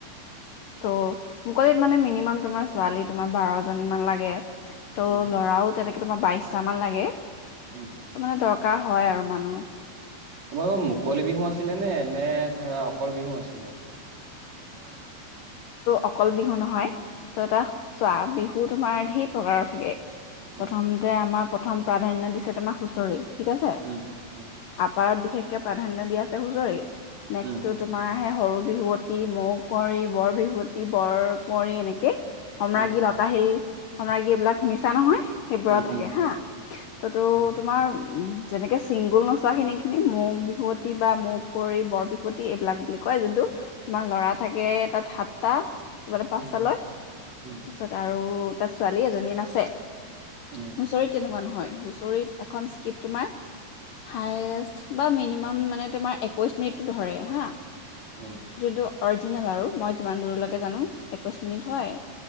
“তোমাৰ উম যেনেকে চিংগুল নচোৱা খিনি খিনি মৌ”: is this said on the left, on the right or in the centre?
Left